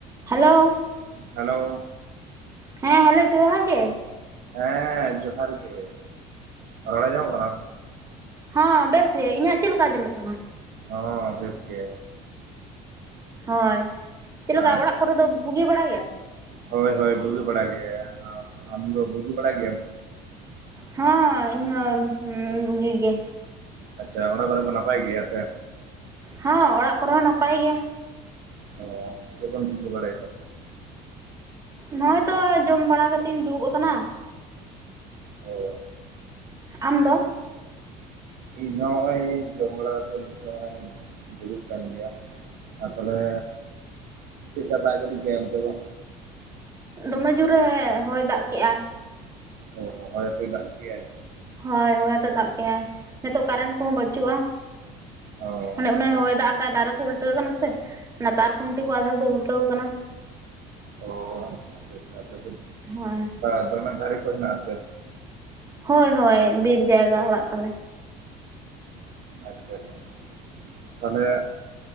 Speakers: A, on the right; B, on the right.
A: Hello
B: hello
A: ᱦᱮᱸ hello ᱡᱚᱦᱟᱨ ᱜᱮ
B: ᱦᱮᱸ ᱡᱚᱦᱟᱨ ᱜᱮ ᱨᱚᱲᱮ ᱧᱟᱢᱚᱜ ᱠᱟᱱᱟ?
A: ᱦᱚᱸᱸ ᱵᱮᱥ ᱜᱮ ᱤᱧᱟᱹᱜ ᱪᱮᱫ ᱞᱮᱠᱟ ᱡᱚᱢᱚᱜ ᱠᱟᱱᱟ?
B: ᱦᱟᱸ ᱵᱮᱥ ᱜᱮ
A: ᱦᱳᱭ ᱪᱮᱫ ᱞᱮᱠᱟ
B: ᱟᱨ
A: ᱚᱲᱟᱜ ᱠᱚᱨᱮ ᱫᱚ ᱵᱩᱜᱤ ᱵᱟᱲᱟᱭ ᱜᱮᱭᱟ᱾
B: ᱦᱳᱭ ᱦᱳᱭ ᱵᱩᱡᱩ ᱵᱟᱲᱟ ᱜᱮ ᱟᱢ ᱫᱚ ᱵᱩᱡᱩ ᱵᱟᱲᱟ ᱜᱮᱭᱟᱢ
A: ᱦᱚᱸ ᱤᱧ ᱦᱚᱸ ᱵᱩᱜᱤ ᱜᱮ
B: ᱟᱪᱪᱷᱟ ᱚᱱᱟ ᱠᱚᱨᱮ ᱠᱚ ᱱᱟᱯᱟᱭ ᱜᱮᱭᱟ ᱥᱮ
A: ᱦᱚᱸ ᱚᱲᱟᱜ ᱠᱚᱨᱮ ᱦᱚᱸ ᱱᱟᱯᱟᱭ ᱜᱮᱭᱟ
B: ᱚ ᱪᱮᱫ ᱠᱚᱢ ᱪᱤᱠᱟ ᱵᱟᱲᱟᱭ ᱮᱫᱟ?
A: ᱱᱚᱜ ᱚᱚᱭ ᱛᱚ ᱡᱚᱢ ᱵᱟᱲᱟ ᱠᱟᱛᱮ ᱤᱧ ᱫᱩᱲᱩᱵ ᱟᱠᱟᱱᱟ᱾
B: ᱦᱳ
A: ᱟᱢ ᱫᱚ?
B: ᱤᱧ ᱱᱚᱜᱼᱚᱭ ᱡᱚᱢ ᱵᱟᱲᱟ ᱠᱟᱛᱮᱮᱫ ᱱᱤᱛᱚᱜ ᱦ ᱫᱩᱲᱩᱯ ᱠᱟᱱ ᱜᱮᱭᱟ ᱟᱨ ᱛᱟᱦᱚᱞᱮ ᱪᱮᱫᱠᱟ ᱫᱟᱜ ᱡᱟᱹᱱᱤ ᱜᱮ ᱚᱱᱛᱮ ᱫᱚ?
A: ᱫᱚᱢᱮ ᱡᱳᱨᱮ ᱦᱚᱭ ᱫᱟᱜ ᱠᱮᱜᱟᱭ᱾
B: ᱚ ᱦᱚᱭ ᱜᱮ ᱫᱟᱜ ᱠᱮᱫᱟ᱾
A: ᱦᱳᱭ ᱦᱳᱭ ᱟᱫᱚ ᱫᱟᱜ ᱜᱮᱜᱟᱭ ᱱᱤᱛᱚᱜ ᱠᱟᱨᱮᱱᱴ ᱠᱚᱦᱚᱸ ᱵᱟᱪᱩᱜᱼᱟ᱾
B: ᱚ
A: ᱢᱟᱱᱮ
B: ᱟᱪᱪᱷᱟ
A: ᱦᱚᱭ ᱫᱟᱜ ᱟᱠᱟ ᱫᱟᱨᱮ ᱠᱚ ᱩᱞᱴᱟᱹᱣ ᱠᱟᱱᱟ ᱥᱮ ᱛᱟᱨ ᱠᱷᱩᱱᱴᱤ ᱠᱚ ᱟᱫᱷᱮᱠ ᱫᱚ ᱩᱞᱴᱟᱹᱣ ᱟᱠᱟᱱᱟ᱾
B: ᱚ ᱟᱪᱪᱷᱟ ᱟᱪᱪᱷᱟ
A: ᱦᱳᱭ
B: ᱟ ᱫᱚᱢᱮ ᱫᱟᱨ ᱠᱚ ᱢᱮᱱᱟᱜ ᱟ ᱥᱮ?
A: ᱦᱳᱭ ᱦᱳᱭ ᱵᱤᱨ ᱡᱟᱭᱜᱟ ᱚᱲᱟᱜ ᱛᱟᱞᱮ
B: ᱟᱪᱪᱷᱟ ᱟᱪᱪᱷᱟ ᱛᱟᱦᱚᱞᱮ